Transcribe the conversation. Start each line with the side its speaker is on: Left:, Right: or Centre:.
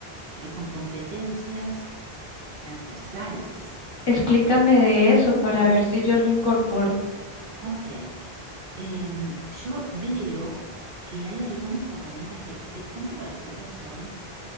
Right: ¿ok? Con competencias transversales.
Left: explícame de eso para ver si yo lo incorporo.
Right: Ok, em, yo veo que hay algunas herramientas que de pronto para nosotras son,